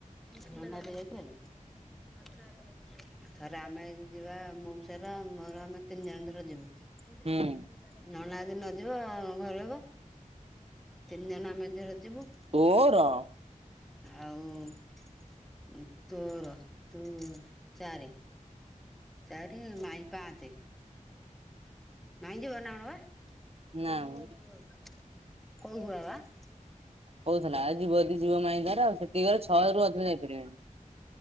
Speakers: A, in the centre; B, on the right.
A: <unintelligible> ଣ୍ଡ ଯାଇଛ <unintelligible> ଥରେ ଆମେ ଯିବା ମଉସା ମୋର ଆମେ ତିନି ଜଣ ଧର ଯିବୁ । ଏ
B: ହୁଁ
A: ମ <unintelligible> ନନା ଆଦି ନ ଯିବ ଆ ଘର ହେବ ତିନି ଜଣ ଆମେ ଧରେ ଯିବୁ।
B: ଓ <unintelligible> ର
A: ଆଉ। ତୋର ତୁ ଚାରି ଚାରି ମାଇଁ ପାଞ୍ଚ ମାଇଁଜିବ ନା କଣ ବା
B: ନା ମ
A: କଉ ଘଡ ବା <unintelligible>
B: କଉଥିଲା ଯିବ ଯିବ ମାଇଁ ତାର ଆଉ ସେଠିରେ ଛଅ ରରୁ ଅଧିକା ଯାଇପାରିବନି।